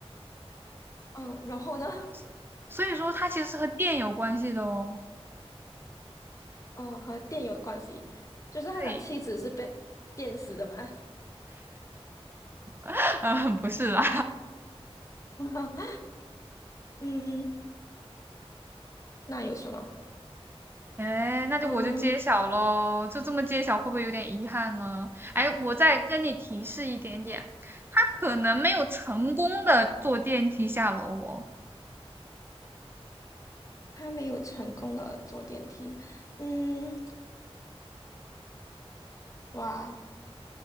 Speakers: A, on the left; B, on the right.
A: 嗯、然后呢？
B: 所所以说它其实是和电有关系的哦。
A: 嗯、和电有关系，就是他的妻子是被电死的嘛。
B: 对，<laughs> 啊，不是啦。
A: <laughs> 嗯，那有什么？
B: 哎，那就我就揭晓喽，
A: 嗯。
B: 就这么揭晓，会不会有点遗憾呢？哎，我再跟你提示一点点，他可能没有成功的坐电梯下楼哦，
A: 他没有成功的坐电梯。嗯，哇，